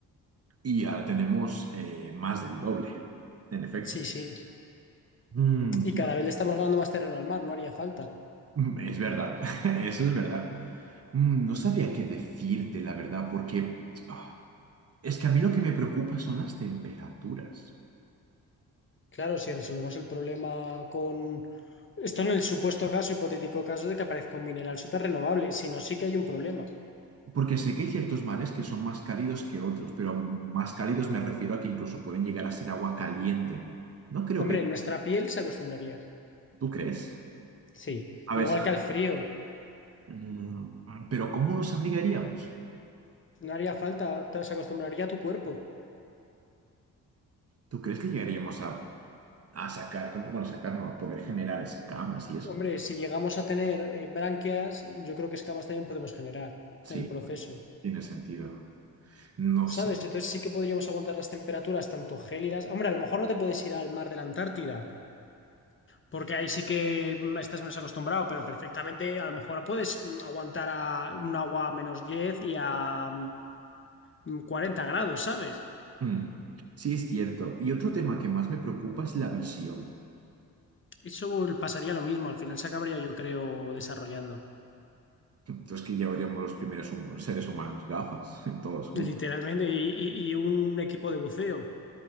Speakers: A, on the right (about 35°); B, on the left (about 30°).
A: Y ya tenemos eh, más del doble, en efecto.
B: Sí, sí.
A: Mm,
B: Y cada vez le estamos ganando más terreno al mar, no haría falta.
A: mm, es verdad, <laughs> eso es verdad. Mm, no sabría qué decirte, la verdad, porque ah, es que a mí lo que me preocupa son las temperaturas.
B: Claro, si resolvemos el problema con... Esto en el supuesto caso, hipotético caso de que aparezca un mineral súper renovable, si no, sí que hay un problema.
A: Porque sé que hay ciertos mares que son más cálidos que otros, pero más cálidos me refiero a que incluso pueden llegar a ser agua caliente. No creo
B: Hombre,
A: que...
B: nuestra piel se acostumbraría.
A: ¿Tú crees?
B: Sí,
A: A
B: igual
A: ver, si-
B: que al frío,
A: Mm, pero ¿cómo nos abrigaríamos?
B: no haría falta, te- se acostumbraría a tu cuerpo.
A: ¿Tú crees que llegaríamos a, a sacar, como, bueno, sacar no, a poder generar escamas y eso?
B: Hombre, si llegamos a tener eh, branquias, yo creo que escamas también podemos generar
A: Sí,
B: en el proceso.
A: tiene sentido. No sé.
B: ¿Sabes? Entonces sí que podríamos aguantar las temperaturas tanto gélidas. Hombre, a lo mejor no te puedes ir al mar de la Antártida, porque ahí sí que mm, estás menos acostumbrado, pero perfectamente a lo mejor puedes mm, aguantar a un agua a menos 10 y a mm, 40 grados, ¿sabes?
A: Mm, Sí, es cierto. Y otro tema que más me preocupa es la visión.
B: Eso pasaría lo mismo, al final se acabaría yo creo desarrollando,
A: Entonces que llevaríamos los primeros hum- seres humanos gafas, <laughs> todos juntos.
B: literalmente, y, y- y un equipo de buceo,